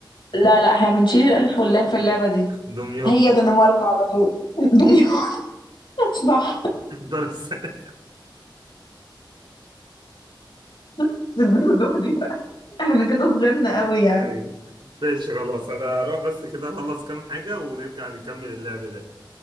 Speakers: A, on the left (about 75°); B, on the right (about 80°).
A: لا لا احنا بنشيل الالف
B: <laughs>
A: واللام في اللعبه دي
B: دمياط
A: هي دنمارك على طول <laughs> دمياط صح
B: دار السلام
A: <laughs> الدرجة دي بقى. احنا كده صغيرنا قوي يعني
B: ايوه ماشي خلاص انا هروح بس كده اخلص كام حاجة ونرجع نكمل اللعب ده